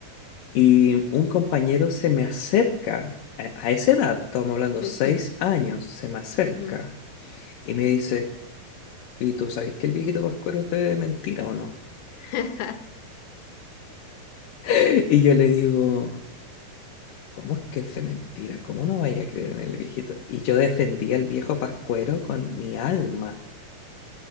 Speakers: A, on the left (about 70°); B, on the left (about 90°).
A: y un compañero se me acerca, a, a esa edad, estamos hablando
B: <laughs>
A: seis años, se me acerca
B: Ujú.
A: y me dice, ¿y tú sabes que el viejito Pascuero es de mentira o no?
B: <laughs>
A: <laughs> Y yo le digo... ¿Cómo es que es de mentira? ¿Cómo no vaya a creer en el viejito? Y yo defendía al viejo Pascuero con mi alma.